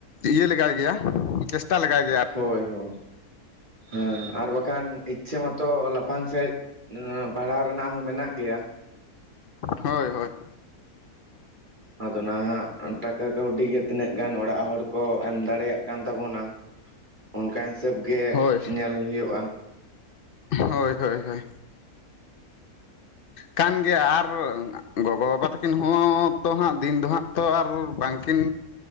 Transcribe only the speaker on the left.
ᱤᱭᱟᱹ ᱞᱮᱜᱟᱭ ᱜᱮᱭᱟ ᱪᱮᱥᱴᱟ ᱞᱮᱜᱟᱭ ᱾
ᱦᱳᱭ ᱦᱳᱭ
ᱦᱳᱭ
ᱦᱳᱭ ᱦᱳᱭ ᱦᱳᱭ ᱠᱟᱱ ᱜᱮᱭᱟ ᱟᱨ ᱜᱚᱜᱚ ᱵᱟᱵᱟ ᱛᱟᱠᱤᱱ ᱦᱚᱸ ᱛᱚ ᱦᱟᱸᱜ ᱫᱤᱱ ᱫᱚ ᱦᱟᱸᱜ ᱛᱚ ᱟᱨ ᱵᱟᱝᱠᱤᱱ